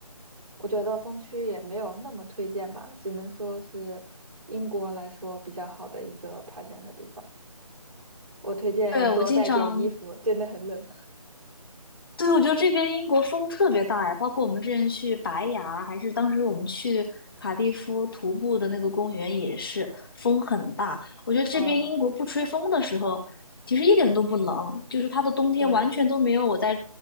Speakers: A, on the right; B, on the left.
A: 我觉得风区也没有那么推荐吧，只能说是英国来说比较好的一个爬山的地方。我推荐多带点衣服，
B: 对，我经常
A: 真的很冷。
B: 对，我觉得这边英国风特别大呀，包括我们之前去白崖，还是当时我们去卡蒂夫徒步的那个公园，也是风很大。我觉得这边英国不吹风的时候，
A: <laughs> 啊，
B: 其实一点都不冷，就是它的冬天完全都没有我在
A: 对，